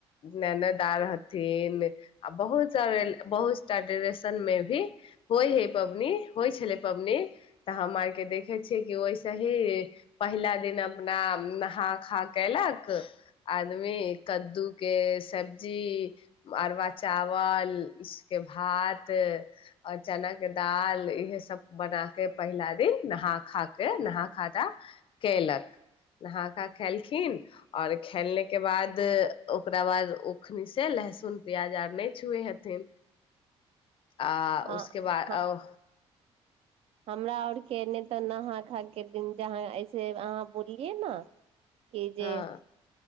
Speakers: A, on the left (about 50°); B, on the right (about 60°).
A: ननदआर हथिन आ बहुत सारा बहुत सार डरेशन मे भी होइ हय पबनी होइ छलै पबनी तऽ हम आर के देखे छियै कि ओहिसे ही पहिला दिन अपना नहा खा केलक आदमी कद्दू के सब्जी अरबा चावल के भात आओर चना के दाल इहे सब बना के पहिला दिन नहा खा केे खेलक कलक नहा खा खेलखिन ओर खेलने के बाद ओकरा बाद ओखनि से लहसुन प्याज आर नहि छुए हेथिन आ
B: ह
A: उसके बाद और
B: हमरा आओर केने तऽ नहा खा के दिन जहाँ ऐसे अहाँ बोललियै ने की
A: हँ
B: जे